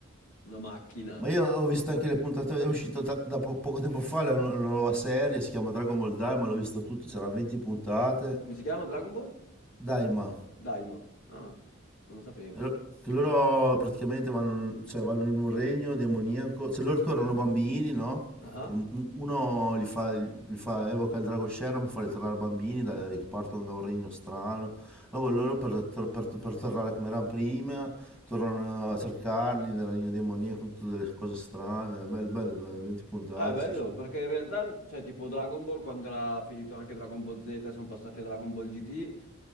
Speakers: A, on the left (about 70°); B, in the centre.
A: una macchina.
B: Ma io ho visto anche le puntate, è uscito tra- da po- poco tempo fa la, nu- la nuova serie, si chiama Dragon Ball Daima, l'ho visto tutto, c'erano 20 puntate.
A: Come si chiama Dragon Ball?
B: Daima,
A: Daima. Ah, non lo sapevo.
B: Loro- Che loro praticamente vanno, cioè, vanno in un regno demoniaco, cioè loro tornano bambini, no?
A: Ah.
B: E un- Uno li fa, li fa- evoca il drago Sharon per farli tornare bambini da- che partono da un regno strano. Allora loro per, tor- per- per tornare come erano prima, tornano a cercarli nel regno demoniaco con tutte le cose strane. Bello, bello, eh, 20 puntate
A: Ah, è bello,
B: ci sono.
A: perché in realtà, cioè, tipo Dragon Ball, quando era finito anche Dragon Ball Z, e sono passati a Dragon Ball GT,